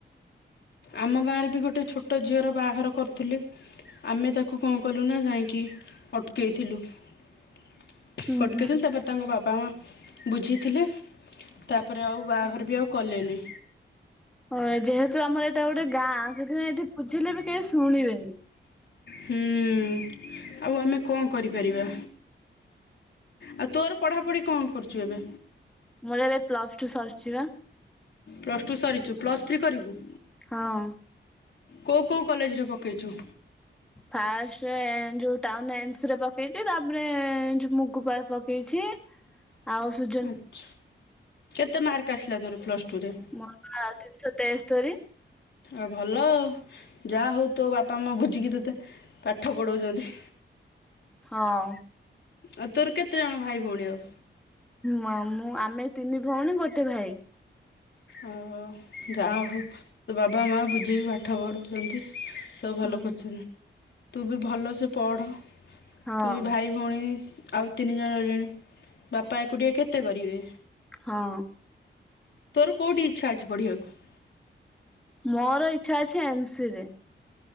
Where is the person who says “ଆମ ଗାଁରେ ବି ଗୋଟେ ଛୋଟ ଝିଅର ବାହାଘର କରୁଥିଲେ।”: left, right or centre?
Left